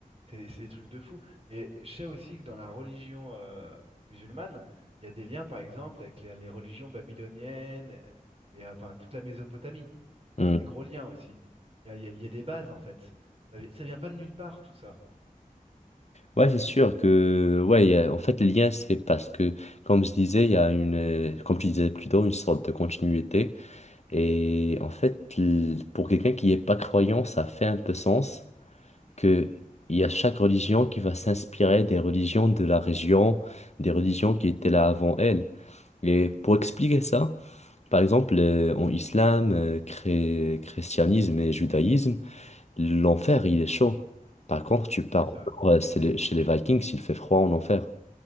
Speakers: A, on the right; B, on the left.
A: c'est- c'est des trucs de fou. Et je sais aussi que dans la religion euh, musulmane, il y a des liens, par exemple, avec les, les religions babyloniennes et, euh, enfin toute la Mésopotamie. Il
B: Hmm.
A: y a des gros liens aussi. Il y a, il y a- il y a des bases, en fait. Ça, vi- ça vient pas de nulle part, tout ça.
B: Ouais, c'est sûr que, ouais, il y a- en fait, le lien se fait parce que, comme je disais, il y a une, euh, comme tu disais plutôt, une sorte de continuité. Et en fait, l- pour quelqu'un qui n'est pas croyant, ça fait un peu sens. qu'il y a chaque religion qui va s'inspirer des religions de la région, des religions qui étaient là avant elle. Et pour expliquer ça, par exemple, euh, en islam, euh, chré- christianisme et judaïsme, l'enfer, il est chaud. Par contre, tu pars
A: Ouais, c'est
B: au
A: vrai.
B: nord, euh, c'est les- chez les Vikings, il fait froid en enfer.